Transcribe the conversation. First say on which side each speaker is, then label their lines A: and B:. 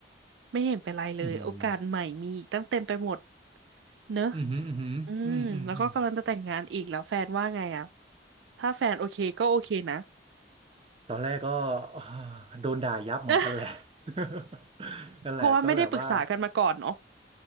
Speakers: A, on the right; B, on the right.
A: ไม่เห็นเป็นไรเลยโอกาสใหม่มีอีกตั้งเต็มไปหมด
B: อืม
A: เนอะ
B: อืมอืมอืมอืมอืมอืม
A: อืมแล้วก็กำลังจะแต่งงานอีกแล้วแฟนว่าไงอะถ้าแฟนโอเคก็โอเคนะ
B: ตอนแรกก็อ่าโดนด่ายับเหมือนกันแหละ
A: <laughs>
B: <laughs> นั่นแหละก็แบบว่า
A: เพราะว่าไม่ได้ปรึกษากันมาก่อนเนาะ